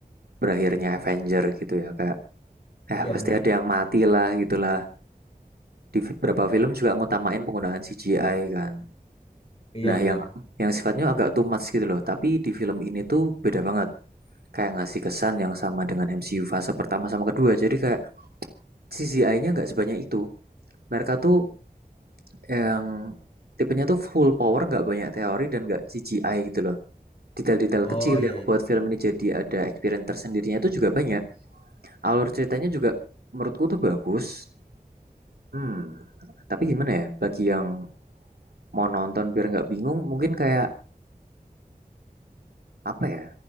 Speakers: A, on the right; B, on the left.
A: berakhirnya Avenger gitu ya, kayak eh
B: Iya
A: pasti
B: bener.
A: ada yang mati lah gitulah Di beberapa film juga ngutamain penggunaan CGI kan.
B: Iya
A: Nah,
B: bener.
A: yang yang sifatnya agak too much gitu loh, tapi di film ini tuh beda banget. Kayak ngasih kesan yang sama dengan MCU fase pertama sama kedua. Jadi kayak CGI-nya nggak sebanyak itu. Mereka tuh yang tipenya tuh full power, nggak banyak teori dan nggak CGI gitu loh. Detail-detail
B: Oh
A: kecil
B: iya,
A: yang
B: iya.
A: buat film ini jadi ada experience tersendirinya itu juga banyak. Alur ceritanya juga menurutku tuh bagus. Hmm, tapi gimana ya, bagi yang mau nonton biar nggak bingung, mungkin kayak apa ya?